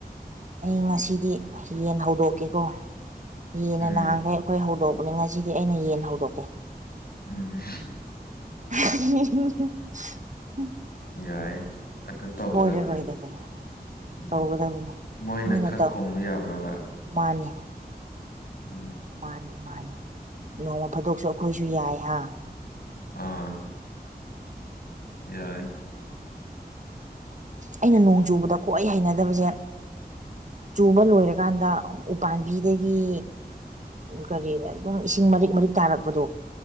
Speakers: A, on the right (about 45°); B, on the left (about 65°).
A: ꯑꯩ ꯉꯁꯤꯗꯤ ꯌꯦꯟ ꯍꯧꯗꯣꯛꯀꯦꯀꯣ ꯌꯦꯟꯅ
B: ꯎꯝ
A: ꯅꯍꯥꯟꯈꯦ ꯑꯩꯈꯣꯏ ꯍꯧꯗꯣꯛ ꯄꯨꯅꯤꯡ ꯉꯁꯤꯗꯤ ꯑꯩꯅ ꯌꯦꯟ ꯍꯧꯗꯣꯛꯀꯦ
B: ꯎꯝ
A: <inaudible>
B: ꯌꯥꯏ ꯑꯗꯨ ꯇꯧꯒꯗꯕꯅꯦ
A: ꯁꯣꯏꯔꯔꯣꯏꯗꯕꯅꯦ
B: ꯎꯝ
A: ꯇꯧꯒꯗꯕꯅꯤ
B: ꯃꯣꯏꯅ
A: ꯃꯤꯅ
B: ꯈꯔ
A: ꯇꯧ
B: ꯈꯣꯡꯕ ꯌꯥꯕ꯭ꯔꯕ
A: ꯃꯥꯅꯤ
B: ꯎꯝ
A: ꯃꯥꯅꯦ ꯃꯥꯅꯤ ꯅꯣꯡ ꯐꯥꯗꯣꯛꯁꯨ ꯑꯩꯈꯣꯏꯁꯨ ꯌꯥꯏ ꯍꯥ
B: ꯑꯥ ꯌꯥꯏ
A: ꯑꯩꯅ ꯅꯣꯡ ꯆꯨꯕꯗ ꯈ꯭ꯋꯥꯍ ꯍꯩꯅꯗꯕꯁꯦ ꯆꯨꯕ ꯂꯣꯏꯔꯀꯥꯟꯗ ꯎꯄꯥꯝꯕꯤꯗꯒꯤ ꯀꯔꯤ ꯑꯗꯨꯝ ꯏꯁꯤꯡ ꯃꯔꯤꯛ ꯃꯔꯤꯛ ꯇꯥꯔꯛꯄꯗꯣ